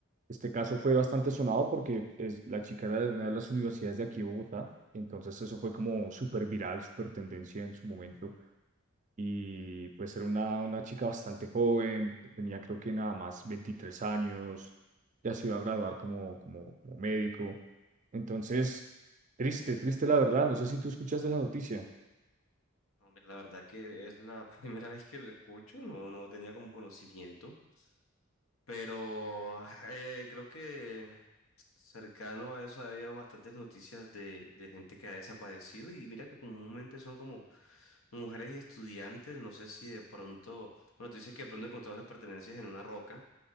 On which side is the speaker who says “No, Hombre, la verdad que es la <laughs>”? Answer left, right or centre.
Left